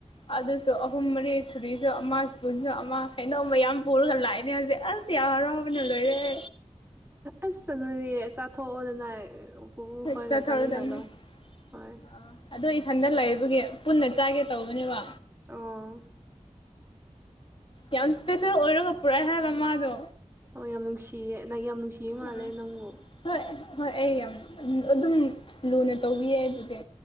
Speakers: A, on the left (about 45°); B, on the right (about 20°).
A: ꯑꯗꯨꯁꯨ ꯑꯍꯨꯝ ꯃꯔꯤ ꯁꯨꯔꯤꯁꯨ ꯑꯃ ꯁꯄꯨꯟꯁꯨ ꯑꯃ ꯀꯩꯅꯣꯝꯃ ꯌꯥꯝ ꯄꯨꯔꯒ ꯂꯥꯛꯑꯦꯅꯦ ꯍꯧꯖꯤꯛ ꯑꯁ ꯊꯤꯍꯔꯥꯎꯕꯅ ꯂꯣꯏꯔꯦ
B: ꯑꯁ ꯑꯗꯨꯗꯤ ꯆꯥꯊꯣꯛꯑꯣꯗꯅ ꯄꯨꯨꯄꯨ
A: ꯆꯠꯊꯧꯔꯗꯕꯅꯤ
B: ꯈꯣꯏꯒ ꯆꯥꯃꯤꯟꯅꯔꯣ ꯍꯣꯌ
A: ꯑꯥ ꯑꯗꯣ ꯏꯊꯟꯗ ꯂꯩꯕꯒꯤ ꯄꯨꯟꯅ ꯆꯥꯒꯦ ꯇꯧꯕꯅꯦꯕ
B: ꯑꯣ
A: ꯌꯥꯝ ꯏꯁꯄꯦꯁꯦꯜ ꯑꯣꯏꯔꯒ ꯄꯨꯔꯛꯑꯦ ꯍꯥꯏꯕ ꯃꯥꯗꯣ
B: ꯑꯣ ꯌꯥꯝ ꯅꯨꯡꯁꯤꯌꯦ ꯅꯪ ꯌꯥꯝ ꯅꯨꯡꯁꯤꯌꯦ ꯃꯥꯜꯂꯦ
A: ꯑꯥ
B: ꯅꯪꯕꯨ
A: ꯍꯣꯏ ꯍꯣꯏ ꯑꯩ ꯌꯥꯝ ꯑꯗꯨꯝ ꯂꯨꯅ ꯇꯧꯕꯤꯌꯦ ꯑꯩꯕꯨꯗꯤ